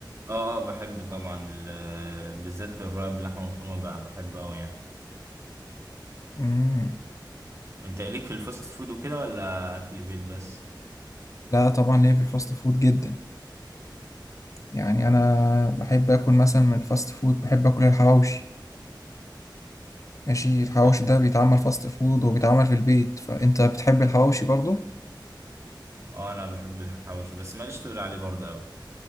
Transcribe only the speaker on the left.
مم.
لا طبعا ليا في الفاست فود جدا يعني
انا بحب اكل مثلا من الفاست فود بحب اكل الحواوشي ماشي الحواوشي
ده بيتعمل فاست فود وبيتعمل في البيت فانت بتحب الحواوشي برضو